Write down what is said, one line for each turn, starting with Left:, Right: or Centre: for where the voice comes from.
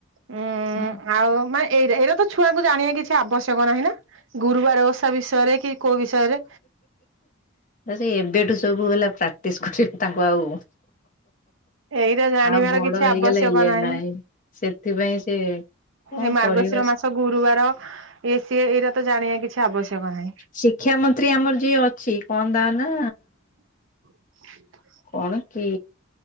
Right: ଉଁ
Left: ହୁଁ
Right: ଆଉ ମାନେ ଏଇଟା ଏଇଟା ତ ଛୁଆଙ୍କୁ ଜାଣିବା କିଛି ଆବଶ୍ୟକ ନାହିଁ ନା। ଗୁରୁବାର ଓଷା <unintelligible> ବିଷୟରେ କି କୋଉ ବିଷୟରେ
Left: ସେ ଏବେଠୁ ସବୁ ହେଲା ପ୍ରାକ୍ଟିସ କରିବେ। ତାଙ୍କୁ ଆଉ
Right: ଏଇଟା ଜାଣିବାର
Left: ଆଉ ବଡ
Right: କିଛି
Left: ହେଇଗଲେ
Right: ଆବଶ୍ୟକ
Left: ଇଏ
Right: ନାହିଁ।
Left: ନହିଁ। ସେଥିପାଇଁ ସେ କଣ
Right: ଏ ମାର୍ଗଶିର
Left: କରିବେ
Right: ମାସ
Left: ସେ,
Right: ଗୁରୁବାର ଇଏ ସିଏ ଏଇରା ତ ଜାଣିବା କିଛି ଆବଶ୍ୟକ ନାହିଁ।
Left: ଶିକ୍ଷା ମନ୍ତ୍ରୀ ଆମର ଯିଏ ଅଛି କଣ ତା ନା
Right: <unintelligible>
Left: କଣ କି